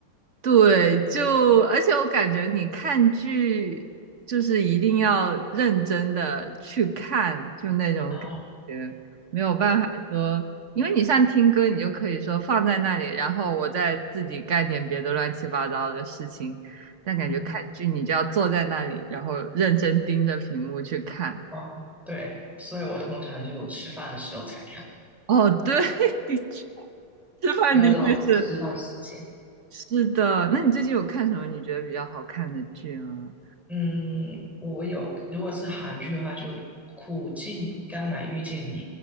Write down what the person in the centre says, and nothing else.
啊，
嗯，
啊，对，所以我通常就吃饭的时候才看，
不要浪费吃饭时间。
嗯，我有，如果是韩剧的话，就《苦尽甘来遇见你》，